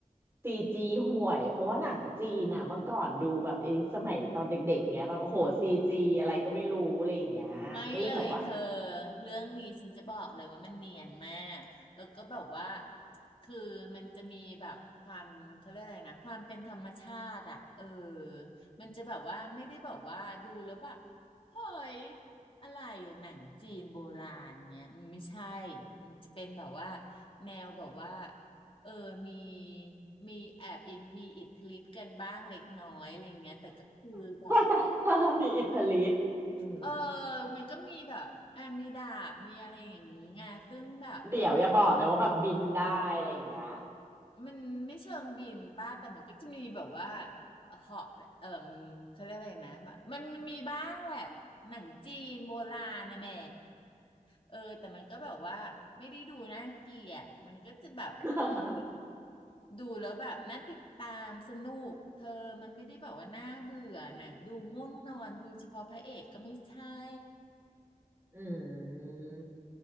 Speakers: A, on the right; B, on the left.
A: ซีจีห่วยเพราะว่าหนังจีนอ่ะเมื่อก่อนดูแบบไอ้สมัยตอนเด็กๆเงี้ยแบบโอ้โหซีจีอะไรก็ไม่รู้อะไรอย่างเงี้ยก็เลยแบบว่า
B: ไม่เลยเธอเรื่องนี้ฉันจะบอกเลยว่ามันเนียนมากแล้วก็แบบว่าคือมันจะมีแบบความเขาเรียกอะไรนะความเป็นธรรมชาติอ่ะเออมันจะแบบว่าไม่ได้แบบว่าดูแล้วแบบเฮ้ยอะไรอะหนังจีนโบราณเงี้ยมันไม่ใช่มันจะเป็นแบบว่าแนวแบบว่าเออมีมีแอบอินมีอิทธิฤทธิ์กันบ้างเล็กน้อยอะไรเงี้ยแต่ก็คือแบบ
A: <laughs> มีอิทธิฤทธิ์อืม
B: เออมันก็มีแบบอ่ะมีดาบมีอะไรอย่างนี้ไงซึ่งแบบเออ
A: เดี๋ยวอย่าบอกนะว่าแบบบินได้อะไรอย่างเงี้ย
B: มันไม่เชิงบินป้าแต่มันก็จะมีแบบว่าเอ่อเหาะเออมเขาเรียกอะไรนะแบบมันมันมีบ้างแหละหนังจีนโบราณนะแหมเออแต่มันก็แบบว่าไม่ได้ดูน่าเกลียดมันก็จะแบบเออ
A: <laughs>
B: ดูแล้วแบบน่าติดตามสนุกเธอมันไม่ได้แบบว่าน่าเบื่อหนังดูง่วงนอนดูเฉพาะพระเอกก็ไม่ใช่
A: อืม